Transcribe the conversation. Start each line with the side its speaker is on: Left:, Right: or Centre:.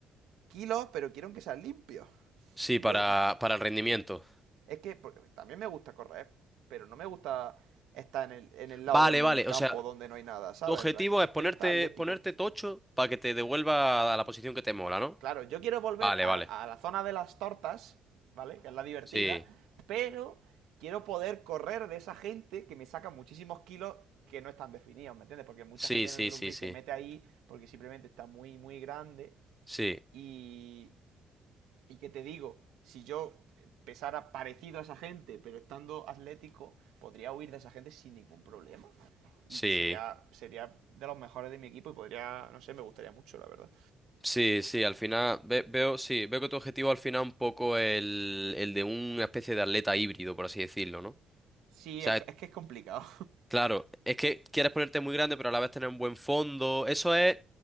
Right: kilos, pero quiero que sean limpios.
Centre: Sí,
Right: No,
Centre: para, para el rendimiento.
Right: es que porque también me gusta correr, pero no me gusta estar en el, en el
Centre: Vale,
Right: lado del
Centre: vale.
Right: campo
Centre: O sea,
Right: donde no hay nada, ¿sabes?
Centre: tu objetivo
Right: En plan, quiero
Centre: es ponerte,
Right: estar atlético.
Centre: ponerte tocho para que te devuelva a la posición que te mola, ¿no?
Right: Claro, yo quiero volver
Centre: Vale,
Right: a,
Centre: vale.
Right: a la zona de las tortas, ¿vale? Que es la divertida,
Centre: Sí.
Right: pero quiero poder correr de esa gente que me saca muchísimos kilos que no están definidos, ¿me entiendes? Porque mucha
Centre: Sí,
Right: gente
Centre: sí,
Right: en el rugby
Centre: sí, sí.
Right: se mete ahí porque simplemente está muy, muy grande
Centre: Sí,
Right: y, y que te digo, si yo pesara parecido a esa gente, pero estando atlético, podría huir de esa gente sin ningún problema.
Centre: sí.
Right: Y sería, sería de los mejores de mi equipo y podría, no sé, me gustaría mucho, la verdad.
Centre: Sí, sí, al final ve- veo, sí, veo que tu objetivo al final es un poco el, el de una especie de atleta híbrido, por así decirlo, ¿no? O
Right: Sí,
Centre: sea,
Right: es, es que es complicado.
Centre: claro, es que quieres ponerte muy grande, pero a la vez tener un buen fondo. Eso es,